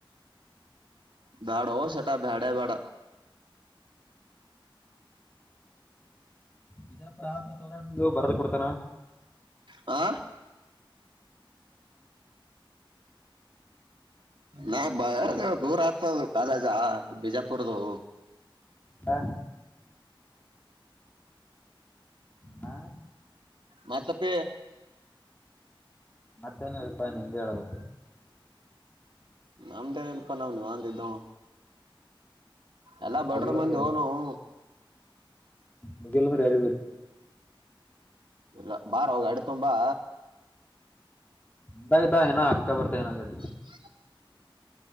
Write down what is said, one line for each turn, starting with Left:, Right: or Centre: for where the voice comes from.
Right: ಬ್ಯಾಡೋ ಶಟ ಬ್ಯಾಡ ಬ್ಯಾಡ.
Left: ಬಿಜಾಪುರ ಆತ ತೋರ ನೀವು ಬರೆದು ಕೊಡ್ತಾನ
Right: <unintelligible> ಆ ನಾ ಬಕ ದೂರ ಆಗ್ತದ ಕಾಲೇಜ ಬಿಜಾಪುರದು.
Left: ಹ ಹಾ
Right: ಮತ್ತಪ್ಪ
Left: ಮತ್ತೇನ ಹೆಲ್ಪ ನಿಂದ ಹೇಳ್ಬೇಕ.
Right: ನಮ್ದ ಏನ ಇಲ್ಪ ನಾವ್ ನಿವಂದ ಇದ್ದವ. ಎಲ್ಲಾ ಬಡ್ರ
Left: ಬುಗಿಲ್ಲಂದ
Right: ಮಂದಿ ಹೋಗ್ ನಾವು
Left: ಬುಗಿಲ್ಲಂದ ಏರ್
Right: ಇಲ್ಲ ಬಾರೋ ಗಾಡಿ ತುಗೊಂದ ಬಾ.
Left: ಬೆ ಬ ಇನ ಅಕ್ಕಾ ಬರ್ತಾ ಇನ ಸರಿ.
Right: <inaudible>